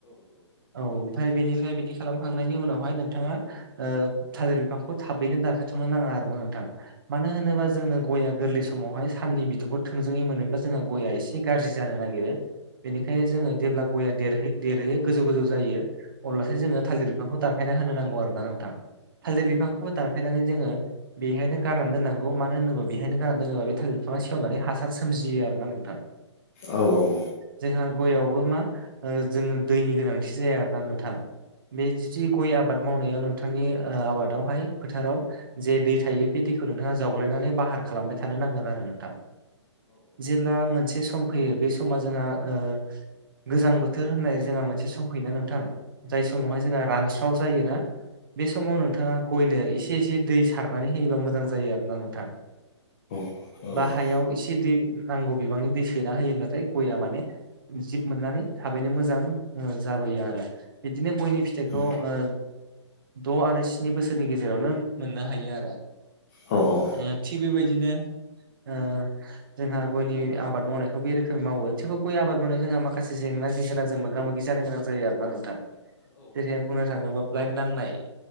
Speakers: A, on the right; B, on the left.
A: औ ओमफ्राय बेनिफ्राय बिदि खालामखांनायनि उनावहाय नोंथाङा ओ थालिर बिफांखौ थाबैनो दानखायथ'नो नाङा आरोना नोंथाङा मानो होनोबा जोंनो गया गोरलै सम समावहाय साननि बिदुंखौ थोंजोङै मोनोब्ला जोंहा गया एसे गाज्रि जानो नागिरो बेनिखायनो जोङो देब्ला गया देरहो- देरहोयो गोजौ गोजौ जायो अब्लासो जोङो थालिर बिफांखौ दानफायना होनो नांगौ आरोन ना नोंथां थालिर बिफांखौबो दानफायनानै जोङो बेहायनो गारनानै दोननांगौ मानो होनोब्ला बेहायनो गाननानै दोनोबा बे थालिर बिफाङा सेवनानै हासार सोमजियो आरो ना नोंथां <inaudible>
B: औ औ औ
A: जोंहा गयावबो मा ओ जोंनो दैनि गोनांथि जाया आरोना नोंथां बे जिदि गय आबाद मावनायाव नोंथांनि आबादावहाय फोथाराव जे दै थायो बे दैखौ नोंथाङा जावग्लायनानै बाहार खालामबाय थानो नांगोन आरो नोंथां जेब्ला मोनसे सम फैयो बे सम समा जोंहा ओ गोजां बोथोर होननाय जोंहा मोनसे सम फैयोना नोंथां जाय समावहाय जोंहा रानस्राव जायोना बे समाव नोंथाङा गयनो एसे एसे दै सारनानै होयोबा मोजां जायो आरो ना नोंथां
B: औ
A: बा हायाव एसे दै नांगौ बिबांनि दै सैना होयोब्लाथाय गया माने जिब मोननानै थाबैनो मोजां जाबोयो आरो बिदिनो गयनि फिथाइखौ
B: औ
A: ओ द' आरो स्नि बोसोरनि गेजेरावनो मोननो हायो आरो
B: औ औ
A: ओ थिग बेबायदिनो ओ जोंहा गयनि आबाद मावनायखौ बे रोखोमै मावो थेवबो गय आबाद मावनायाव जोंहा माखासे जेंना जेंगोना जों मोगा मोगि जानो गोनां जायो आरो ना नोंथां जेरैहाय बुंनो थाङोबा ब्लाइट नांनाय